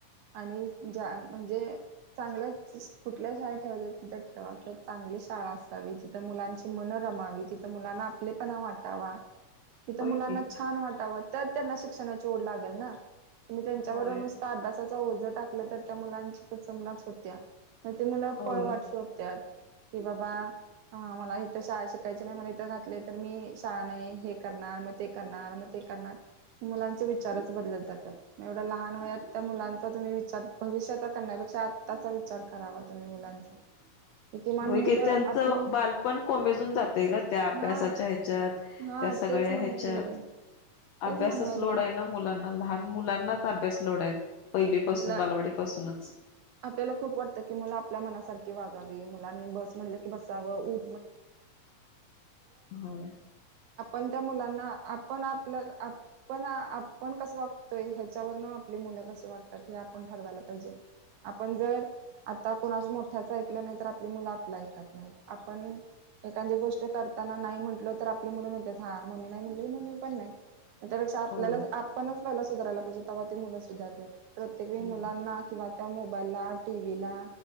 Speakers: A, on the right (about 75°); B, on the left (about 75°).
A: आणि ज म्हणजे चांगल्याच कुठल्या शाळेत ठेवायच तिथं ठेवा किं चांगली शाळा असावी तिथं मुलांची मनत रमावी तिथं मुलांना आपले पणा वाटावा तिथं
B: होय
A: मुलांना
B: की
A: छान वाटावं तर त्यांना शिक्षणाची ओढ लागेल ना तुम्ही त्यांच्यावर
B: होय
A: नुसता अभ्यासाचा ओझं टाकलं तर त्या मुलांची पचमनाच होत्या म ते मुला
B: होय.
A: पळ वाटत होतत कि बाबा हा मला इथं शाळा शिकायची नाही मला इथं घातलंय तर मी शाळा नाही हे करणार मग ते करणार मग ते मुलांचे विचारच बदलत जातात एवढ्या लहान वयात त्या मुलांचा तुम्ही विचार भविष्याचा करण्यापेक्षा आताचा विचार करावा तुम्ही मुलांचा किमान
B: होय
A: मुलं
B: की त्यांचं
A: आपले
B: बालपण कोमेजून जातय ग त्या अभ्यासाच्या
A: हा
B: ह्याच्यात
A: हा
B: त्या सगळ्या
A: तेच म्हणाले
B: ह्याच्यात
A: तेच
B: अभ्यासच
A: म्हणाले.
B: लोड आहे ना मुलांना लहान मुलांनाच अभ्यास लोड आहे पहिली पाासून
A: मुला
B: बालवाडी पाासूनच
A: आपल्याला खूप वाटतं की मुला आपल्या मनासारखी वागावी मु बा स गो
B: होय
A: पण त्या मुलांना आपण आपल्या आपण आपण कसं वागतोय ह्याच्यावरन आपली मु क वाटतात हे आपण ठरवायला पाहिजे आपण जर आता कोणाच, मोठ्याचं ऐकलं नाही, तर आपली मुलं आपलं ऐकत नाहीत. आपण एखादी गोष्ट करताना नाही म्हटलं? तर आपली मुलं म्हणतात. हा मम्मी नाही म्हटले म मी पण नाही. त्यापेक्षा आपल्याला
B: होय.
A: आपणच पहिला सुधारायला पाहिजे. तेव्हा ती मुलं सुधारतात प्रत्येक वेळी
B: हम्म
A: मुलांना किंवा त्या मोबाईलला, टीव्हीला